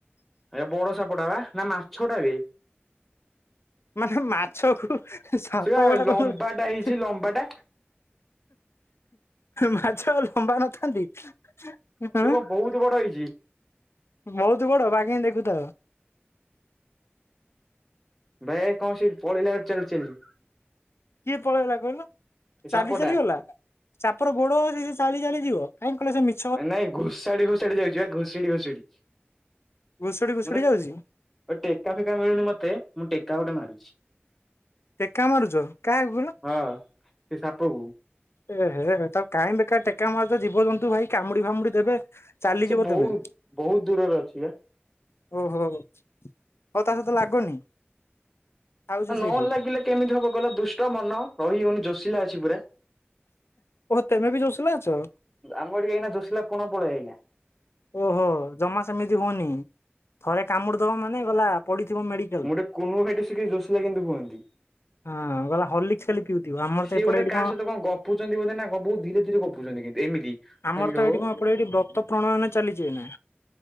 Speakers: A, in the centre; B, on the left.
A: ଏ ବଡ ସାପଟା ବା ନା ମାଛ ଟା ବେ।
B: ମାନେ ମାଛକୁ ସାପ
A: ସେ ବା
B: ବୋଲି
A: ଲମ୍ବାଟା
B: ତମକୁ
A: ହେଇଛି ଲମ୍ବାଟା।
B: ମାଛ ଲମ୍ବା ନଥାନ୍ତି। ହୁଁ
A: ସେ କଣ ବହୁତ ବଡ ହେଇଛି
B: ବହୁତ ବଡ ବାଗେଇ ଦେଖୁଥାଅ।
A: ଭାଇ ଆଇ କଣ ସେ ପଳେଇଲା ଚାଲି ଚାଲି।
B: କିଏ ପଳେଇଗଲା କହିଲ ଚାଲି
A: ସାପଟା।
B: ଚାଲି ଗଲା। ସାପର ଗୋଡ ଅଛି ସେ ଚାଲି ଚାଲି ଯିବ କାଇଁ କଲେ ସେ ମି
A: ନାଇଁ ଘୋଷାଡି ଘୋଷାଡି ଯାଉଛି ବା ଘୁଷଡି ଘୁଷଡି
B: ଘୁଷୁଡି ଘୁଷୁଡି
A: ମାନେ
B: ଯାଉଛି।
A: ଟେକା ଫେକା ମିଳୁନି ମତେ ମୁଁ ଟେକା ଗୋଟେ ମାରୁଛି।
B: ଟେକା ମାରୁଚ କାଇଁ ଗୁଲ।
A: ହଁ ସେ ସାପକୁ।
B: ଏ ହେ ତାକୁ କାହିଁ ବେକାର୍ ରେ ଟେକା ମାରୁଚ ଜୀବଜନ୍ତୁ ଭାଇ କାମୁଡ଼ି ଫାମୁଡ଼ି ଦେବେ। ଚାଲିଯିବ
A: ସେ ବୌଦ୍ଧ
B: ତମେ
A: ବହୁତ୍ ଦୂରରେ ଅଛି ବା।
B: ଅହୋ ହଉ ତା ସହିତ ଲାଗନି। ଥାଉଛି
A: ନ
B: ସେଇଠି
A: ଲାଗିଲେ କେମିତି ହବ କହିଲ ଦୁଷ୍ଟ ମନ ରହି ହଉନି ଜୋଷିଲା ଅଛି ପୁରା।
B: ଓ ତମେ ବି ଜୋଷିଲ ଅଛ।
A: ଆମର ଏଇନା ଜୋଷିଲା ପଣ ପଳେଇ ଆଇଲା।
B: ଅହୋ ଜମା ସେମିତି ହୁଉନି ଥରେ କାମୁଡ଼ି ଦବ ମାନେ ଗଲା ପଡ଼ିଥିବ ମେଡ଼ି
A: ମୁଁ ଟିକେ କୁନୁ ଭାଇଟୁ ସିକିଚି ଜୋଷିଲା କିମିତି କୁଅନ୍ତି।
B: ହଁ ଗଲା ହଲକ୍ସି ଖାଲି ପିଉଥିବ ଆମର
A: ସିଏ
B: ତ ଏପଟେ
A: ଗୋଟେ
B: ଏଇଠି
A: କାହା
B: କଣ
A: ସହିତ ଗପୁଛନ୍ତି ବୋଧେ ନା କଣ ବହୁତ୍ ଧୀରେ ଧୀରେ ଗଫୁଚନ୍ତି କେତି ଏମିତି। ହ୍ୟାଲୋ
B: ଆମର ତ ଏଇଠି କଣ ଏପଟେ ଏଇଠି ବ୍ରତ ପ୍ରଣାୟନ ଚାଲିଛି ଏଇନା।